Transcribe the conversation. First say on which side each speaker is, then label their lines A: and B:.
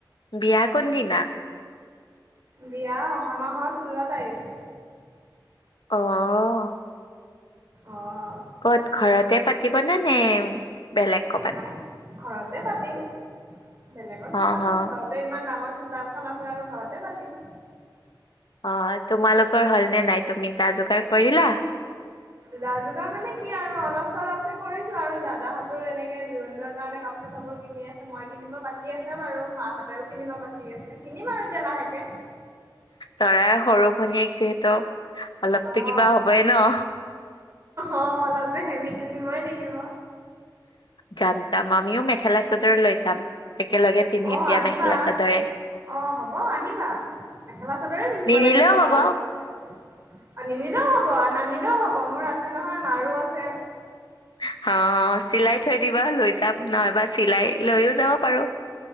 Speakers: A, on the left (about 80°); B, on the right (about 35°).
A: বিয়া কোন দিনা?
B: বিয়া অহা মাহৰ, ষোল্ল তাৰিখে।
A: অ'।
B: অ'।
A: ক'ত ঘৰতে পাতিবনে, নে বেলেগ ক'ৰবাত।
B: নাই ঘৰতে পাতিম, বেলেগত
A: অ
B: নাপাতো
A: অ
B: ঘৰত তাতে, ইমান ডাঙৰ চোতালখন আছে আৰু ঘৰতে পাতিম।
A: অ', তোমালোকৰ হ'ল নে নাই, তুমি যা-যোগাৰ কৰিলা?
B: যা-যোগাৰ মানে কি আৰু অলপ-চলপকে কৰিছো আৰু, দাদাহঁতৰো এনেকে জোৰোণৰ কাৰণে কাপ কাপোৰ-চাপোৰ কিনি আছে, মই কিনিব বাকী আছে বাৰু মাহঁতেও কিনিব বাকী আছে। কিনিম আৰু এতিয়া লাহেকে।
A: দৰাৰ সৰু ভনীয়েক যিহেতু অলপতো
B: অ',
A: কিবা হ'বই ন।
B: অ', অলপতো হেভি কিনিবই লাগিব।
A: যাম, যাম আমিও মেখেলা-চাদৰ লৈ যাম, একেলগে পিন্ধিম
B: অ',
A: দিয়া
B: আহিবা
A: মেখেলা-চাদৰে
B: অ', হ'ব আহিবা, মেখেলা-চাদৰে পিন্ধিব
A: নিনিলেও
B: লাগিব
A: হব
B: গাঁৱত। অ', নিনিলেও হব, নানিলেও হব মোৰ আছে নহয় মাৰো আছে।
A: অ', অ', চিলাই থৈ দিবা, লৈ যাম নহবা চিলাই লৈও যাব পাৰো।